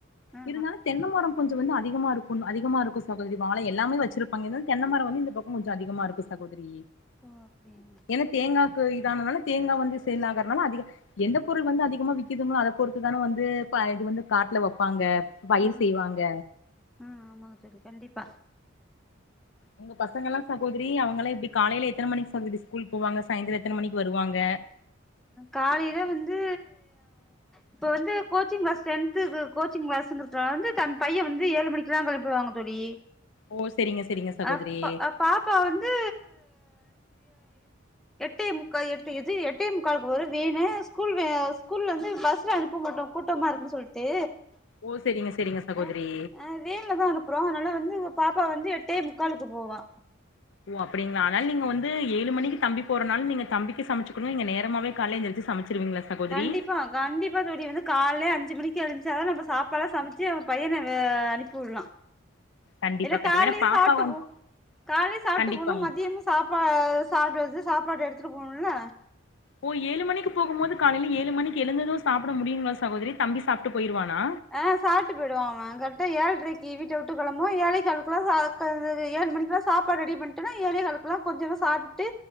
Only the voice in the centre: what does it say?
ஆ
ஓ அப்டியா
ஆ
ம் ஆமாங்க தோழி கண்டிப்பா
காலையில வந்து இப்ப வந்து கோச்சிங் கிளாஸ் டென்துகு கோச்சிங் கிளாஸுகுற வந்து தன் பைய வந்து ஏழு மணிக் ல்லா கெளப்பிவாங்க தோழி
அப் அப் பாப்பா வந்து எட்டே முக்கா எட்டு இது எது எட்டே முக்கால்க்கு வரு வேணு ஸ்கூல் வே ஸ்கூல் வந்து பஸ்ல அனுப்ப மாட்டோ கூட்டமா இருக்குன்னு சொல்ட் டு
அ ஆ வேன்ல தா அனுப்புறோ அதனால வந்து பாப்பா வந்து எட்டே முக்காலுக்கு போவா
கண்டிப்பா கண்டிப்பா தோழி வந்து கால்லே அஞ்சு மணிக்கு எழுந்துச்சாதா நம்ம சாப்பாடுல சமைச்சு அவன் பையன அனுப்பி வுடலா
ஏனா
கால்லயு
சாப்டு
போ கால்லயு சாப்டு
போணு மத்தியமு சாப்பா சாப்புட்டு வச் சாப்பாடு எடுத்துட்டு போணுல்ல
ஆ சாப்ட்டு போய்டுவ அவ கரக்டா ஏழ்ரைக்கு வீட்ட விட்டு கெளம்புவா ஏழே காலுக்குள்ளா சா வ வந்து ஏழு மணிக்குலா சாப்பாடு ரெடி பண்ணிட்டேன்னா ஏழேகாலுக்குலா கொஞ்சமா சாப்ட்டு